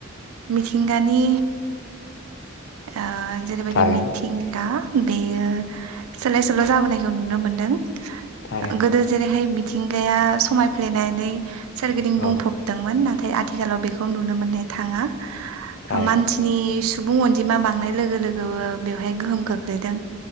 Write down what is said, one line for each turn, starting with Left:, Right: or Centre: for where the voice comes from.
Right: मिथिंगानि आ जेरैबायदि
Left: थारैनो
Right: मिथिंगा बेयो सोलाय सोल' जाबोनायखौ नुनो मोनदों।
Left: थारैनो
Right: गोदो जेरैहाय बि मिथिंगाया समायफ्लेनानै सोरगिदिं बुंफबदोंमोन
Left: औ
Right: ना थाय आथिखालाव बेखौ नुनो मोननाय थाङा।
Left: थारैनो
Right: मानसिनि सु <unintelligible> अनजिमा बांनाय लोगो लोगोबो बेवहाय गोहोम खोख्लैदों।